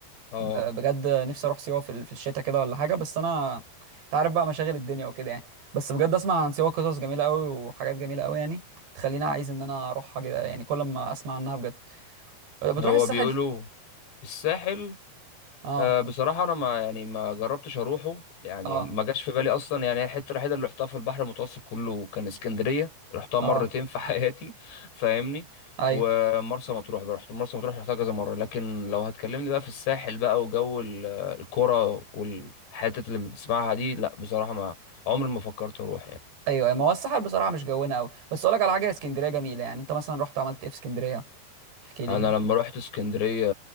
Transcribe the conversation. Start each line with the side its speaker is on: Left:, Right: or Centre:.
Left: اه
Right: ب- بجد نفسي اروح سيوه في ال- في الشتاء كده ولا حاجه بس انا انت عارف بقى مشاغل الدنيا وكده يعني بس بجد اسمع عن سيوه قصص جميله قوي وحاجات جميله قوي يعني بتخليني عايز ان انا اروحها كده يعني كل ما اسمع عنها بجد بتروح
Left: هو
Right: الساحل
Left: بيقولوا الساحل
Right: اه
Left: أه بصراحة أنا ما يعني ما جربتش أروحه يعني
Right: اه
Left: ما جاش في بالي أصلا يعني هي الحتة الوحيدة اللي رحتها في البحر المتوسط كله كان اسكندرية رحتها
Right: اه
Left: مرتين في <laughs> حياتي فاهمني
Right: ايوه
Left: ومرسى مطروح بقى، رحت مرسى مطروح رحتها كذا مرة لكن لو هتكلمني بقى في الساحل بقى وجو ال- آه، الكرة والحتت اللي بنسمعها دي لا بصراحة ما عمري ما فكرت أروح يعني
Right: ايوه أيوه. ما هو الساحل بصراحه مش جونا قوي بس اقول لك على حاجه اسكندريه جميله يعني انت مثلا رحت عملت ايه في اسكندريه احكي لي
Left: أنا
Right: كده
Left: لما رحت اسكندرية